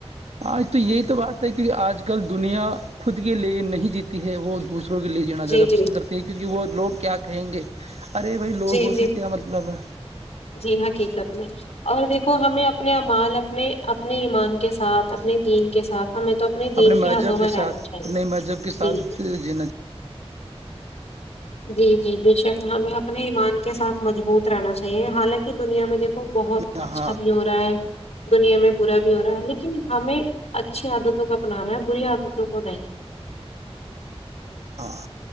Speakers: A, on the right; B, on the left.
A: آج تو یہی تو بات ہے کیکہ آج کل دنیا خود کے لیے نہیں جیتی ہے وہ دوس کے لیے جینا زیادہ
B: جی جی
A: پسند کرتے ہیں کیونکہ وہ لوگ کیا کہیں گے ارے بھائی لوگوں
B: جی جی
A: سے کیا مطلب ہے
B: جی حقیقت میں اور دیکھو ہمیں اپنے امال اپنے اپنے ایمان کے ساتھ اپنے دین کے ساتھ ہمیں تو دین
A: اپنے
B: کی
A: مذہب
B: حدوں میں
A: کے
B: رہنا
A: ساتھ
B: چاہیے
A: اپنے مذہب کے ساتھ
B: جی
A: جینا چاہ
B: جی جی بے شکص ہمیں اپنے ایمان کے ساتھ مجبوت رہنا چاہیے حالانکہ دنیا میں دیک وہ بہت
A: چاہیے
B: اچھا
A: ہاں
B: بھی ہو رہا ہے دنیا میں برا بھی ہو رہا ہے لیکن ہمیں اچھی عادتوں کو اپنانا ہے پوری عادتوں کو نہیں
A: ہاں